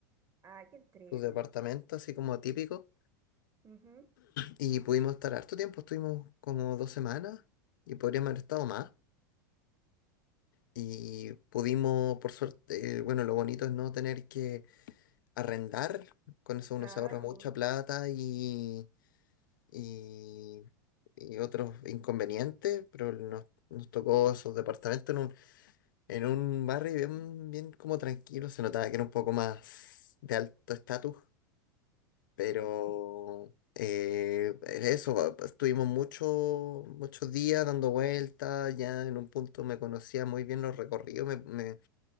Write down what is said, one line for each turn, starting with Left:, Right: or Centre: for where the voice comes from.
Right: Ay, qué triste.
Left: su departamento, así como típico.
Right: Ujú,
Left: Y pudimos estar harto tiempo, estuvimos como dos semanas y podríamos haber estado más. Y pudimos, por suerte, eh, bueno, lo bonito es no tener que arrendar, con eso uno
Right: claro.
Left: se ahorra mucha plata y, y, y otros inconvenientes, pero nos, nos tocó esos departamentos En un barrio bien, bien como tranquilo, se notaba que era un poco más de alto estatus, pero
Right: Ujú.
Left: eh, eso, pa- pa- estuvimos mucho- muchos días dando vueltas, ya en un punto me conocía muy bien los recorridos, me, me-